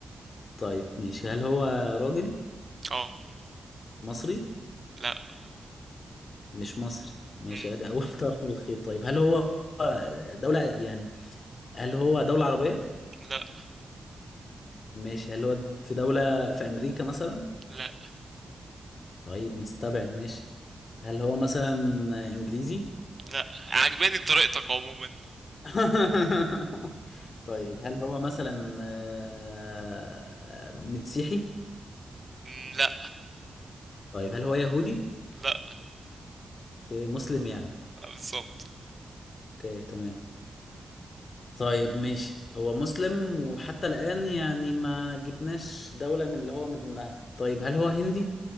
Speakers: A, on the left (about 55°); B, on the right (about 35°).
A: طيب ماشي هل هو راجل
B: اه
A: مصري
B: لا
A: مش مصري ماشي
B: مم.
A: ادي اول <laughs> طرف من الخيط طيب هل هو آه، دولة يعني هل هو دولة عربية
B: لا
A: ماشي هل هو في دولة في أمريكا مثلا؟
B: لا
A: طيب نستبعد ماشي هل هو مثلا إنجليزي؟
B: لا عجباني طريقتك عموما
A: <laughs> طيب هل هو مثلا آه، آه، مسيحي؟
B: مم. لا
A: طيب هل هو يهودي؟
B: لا
A: أوكي، مسلم يعني
B: آه، بالظبط
A: اوكي تمام طيب ماشي هو مسلم وحتى الآن يعني ما جبناش دولة من اللي هو منها طيب هل هو هندي؟